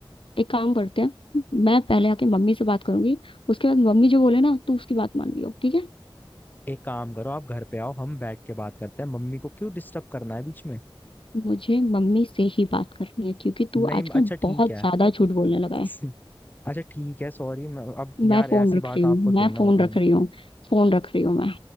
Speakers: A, on the left; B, on the left.
A: एक काम करते हैं मैं पहले आके मम्मी से बात करूंगी उसके बाद मम्मी जो बोले ना तू उसकी बात मान लियो ठीक है
B: एक काम करो आप घर पे आओ हम बैठ के बात करते हैं मम्मी को क्यों डिस्टर्ब करना है बीच में
A: मुझे मम्मी से ही बात करनी है क्योंकि तू
B: नहीं
A: आजकल
B: अच्छा
A: बहुत
B: ठीक है
A: ज्यादा झूठ बोलने लगा है
B: <laughs> अच्छा ठीक है सॉरी मैं अब
A: मैं
B: यार
A: फोन
B: ऐसी
A: रख
B: बात
A: रही
B: आपको
A: हूँ
B: थोड़ी
A: मैं
B: ना
A: फोन
B: बताऊं
A: रख रही हूँ फोन रख रही हूँ मैं